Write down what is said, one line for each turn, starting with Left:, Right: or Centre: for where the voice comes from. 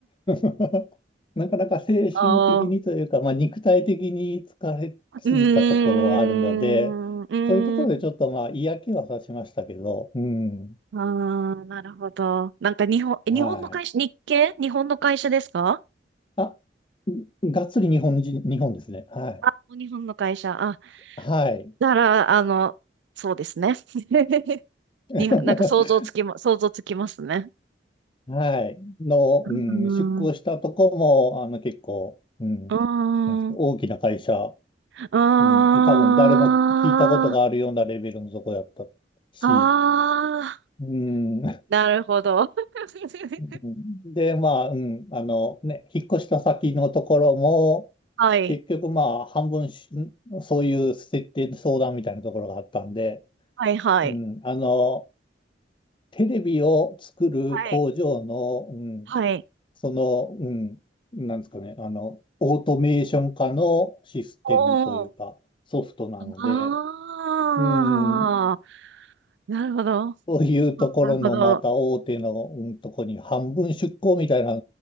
Left: <laughs> なかなか精神的にというか、
Right: ああ、う
Left: まあ、肉体的に疲れすぎたところはあるので、
Right: ーん、うーん。
Left: そういうところでちょっとまあ嫌気はさしましたけど、うん。
Right: ああ、なるほど。なんか日本、え日本の会社、
Left: はい。
Right: 日系日本の会社ですか
Left: あ、がっつり日本人、日本ですね。はい。
Right: あ、日本の会社。あ、
Left: はい。
Right: だから、あの、そうですね。<laughs>
Left: <laughs>
Right: に、なんか想像つきま、想像つきますね。
Left: はい。の、
Right: うーん。
Left: うん、出向したとこも、あの、結構、うん、
Right: うーん。
Left: なんですか大きな会社、
Right: あ
Left: うん、多分誰も聞いたことがあるようなレベルのとこだったし、
Right: あ、ああ、
Left: うん、
Right: なるほど。<laughs>
Left: <laughs> で、まあ、うん、あの、ね、引っ越した先のところも、
Right: はい、
Left: 結局、まあ、半分し、そういう設定相談みたいなところがあったんで、
Right: はい、はい、
Left: うん、あの、テレビを作る工場の、
Right: はい。
Left: うん、
Right: はい。
Left: その、うん、なんですかね、あの、オートメーション化のシステムというか、
Right: おお、
Left: ソフトなので、
Right: ああ、
Left: うん、
Right: なるほど、
Left: そういうところのまた大手の、
Right: なるほど。
Left: うん、とこに半分出向みたいな